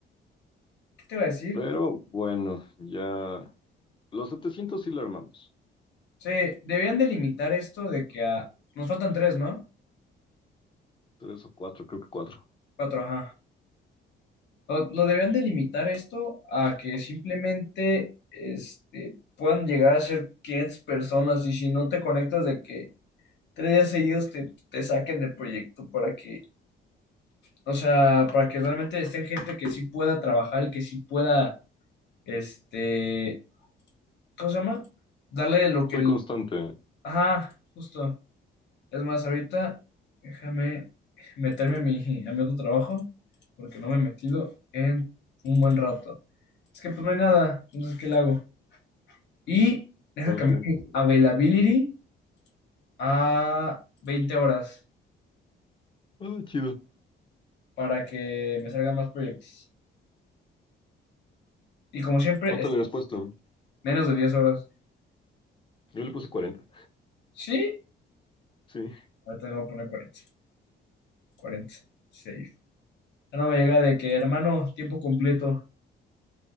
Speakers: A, on the left; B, on the left.
A: ¿qué te iba a decir?
B: Pero bueno, ya los 700 sí lo armamos.
A: Sí, debían delimitar esto de que a... Nos faltan tres, ¿no?
B: Tres o cuatro, creo que cuatro.
A: Cuatro, ajá. Lo, lo debían delimitar esto a que simplemente, este, puedan llegar a ser 500 personas y si no te conectas de que tres días seguidos te, te saquen del proyecto para que O sea, para que realmente estén gente que sí pueda trabajar, y que sí pueda, este, ¿cómo se llama? Darle lo que
B: Soy
A: el...
B: constante.
A: Ajá, justo. Es más, ahorita déjame meterme a mi, a mi otro trabajo, porque no me he metido en un buen rato. Es que pues no hay nada, entonces, ¿qué le hago? Y deja
B: Ok.
A: cambiar mi availability a 20 horas
B: Ah, chido.
A: para que me salgan más proyectos. Y como siempre,
B: ¿Cuánto
A: está
B: le habías puesto?
A: menos de 10 horas.
B: Yo le puse 40.
A: Sí,
B: Sí,
A: ahorita le voy a poner cuarenta cuarenta y seis ya No me llega de que, hermano, tiempo completo.